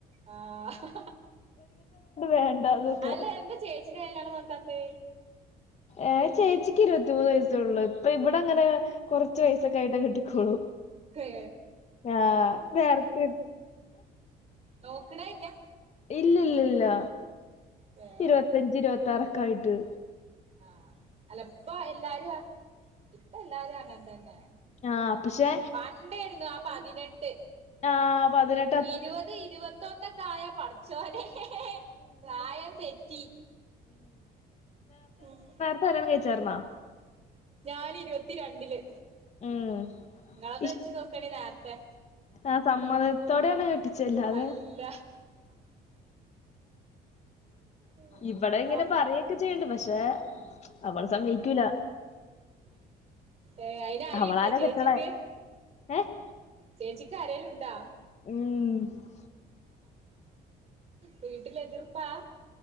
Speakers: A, on the right (about 40°); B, on the left (about 40°).
A: ആഹ്
B: വേണ്ടാന്നൊക്കെ
A: അല്ല എന്താ ചേച്ചിൻ്റെ കല്യാണം നോക്കാത്തെ?
B: ഏഹ് ചേച്ചിക്ക് ഇരുപത്തിമൂന്ന് വയസ്സൊള്ളു ഇപ്പ ഇബടങ്ങനെ കൊർച്ച് വയസൊക്കായിട്ട് കെട്ടിക്കോളു.
A: ഏ
B: ആഹ് നേരെത്തെ
A: നോക്ക്ണേല്ല.
B: ഇല്ല ല്ലല്ലല്ല
A: ഏ
B: ഇരുപത്തഞ്ച് ഇരുപത്താറൊക്കയിട്ട്.
A: ആഹ് അല്ല ഇപ്പ എല്ലാരു അ ഇപ്പെല്ലാരും അങ്ങൻ തെന്നെ.
B: ആ പക്ഷെ
A: പണ്ടേര്ന്നു ആ പതിനെട്ട്.
B: ആഹ് പതിനെ
A: ഇരുപത് ഇരുപത്തൊന്നൊക്കായാ പടച്ചോനെ പ്രായം തെറ്റി. ഉം
B: കല്ല്യാണം കഴിച്ചാർന്നോ
A: ഞാന് ഇര് വത്തിരണ്ടില്
B: ഉം
A: ഇങ്ങളത്
B: ഇഷ്ട
A: വെച്ച് നോക്കാണേ നാർത്തെ
B: ആ സമ്മതത്തോടെയാണ് കെട്ടിച്ചെ അല്ലാതെ
A: അല്ല ഉം
B: ഇപടെ ഇങ്ങനെ പറയൊക്കെ ചെയ്യണ്ട് പക്ഷെ അവള് സമ്മയ്ക്കൂല
A: ഉം ഏ അയിന് ആരേം
B: അവളാലോ
A: ഇണ്ടാ ചേച്ചിക്ക്
B: കെട്ട്ണേ ഏഹ്
A: ചേച്ചിക്ക് ആരേലുണ്ടോ
B: ഉം
A: വീട്ടില് എതിർപ്പാ